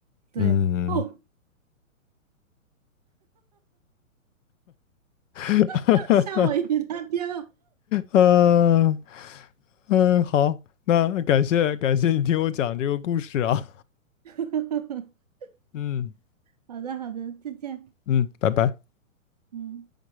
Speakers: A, on the right; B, on the left.
A: 对，
B: 嗯，
A: 哦，
B: <laughs>
A: <laughs> 吓我一大跳。
B: 呃，嗯，好，那感谢感谢你听我讲这个故事啊，
A: <laughs>
B: 嗯
A: 好的，好的，再见。
B: 嗯，拜拜。
A: 嗯。